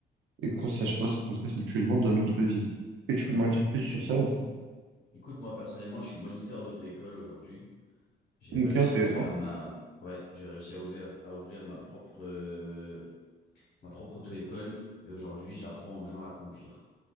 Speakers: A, on the right; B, on the left.
A: et qu'on sache pas ce qu'on fasse mutuellement dans notre vie. Est-ce que tu peux m'en dire plus sur ça ou pas?
B: Écoute, moi personnellement, je suis moniteur d'auto-école aujourd'hui. J'ai
A: Ok,
B: réussi
A: intéressant.
B: à ouvrir ma, ouais, j'ai réussi à ouvrir, à ouvrir ma propre, euh, ma propre auto-école. Et aujourd'hui, j'apprends aux gens à conduire